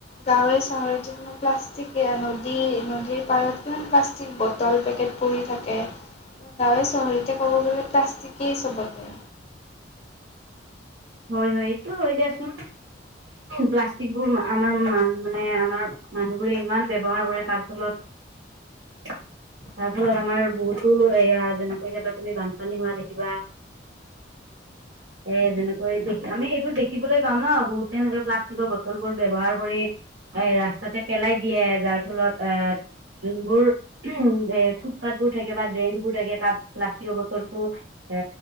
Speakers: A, on the left; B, on the right.
A: গাঁৱে চহৰত য প্লাষ্টিক নদী নদীৰ পাৰত কি প্লাষ্টিক বটল পেকেট পৰি থাকে গাঁৱে চহৰতে ক'ব গ'লে প্লাষ্টিকেই চবতে
B: <inaudible> হয় হয় এইটো হয় দিয়াচোন। প্লাষ্টিকবোৰ আমাৰ মান মানে আমাৰ মানুহবোৰে ইমান ব্যবহাৰ কৰে তাৰ ফলত <inaudible> তাৰ ফলত আমাৰ বহুতো এয়া যেনেকৈ কেতিযাবা তুমি বানপানী হোৱা দেখিবা, সেই যেনে দে আমি এইবোৰ দেখিবলৈ পাওঁ ন বহুত তেনেকে প্লাষ্টিকৰ বটল বোৰ ব্যৱহাৰ কৰি এ ৰা তাতে পেলাই দিয়ে যাৰ ফলত আহ যোনবোৰ উ এ ফুটপথ বোৰ থাকে বা ড্ৰেইনবোৰ থাকে তাত প্লাষ্টিকৰ বটলটো এ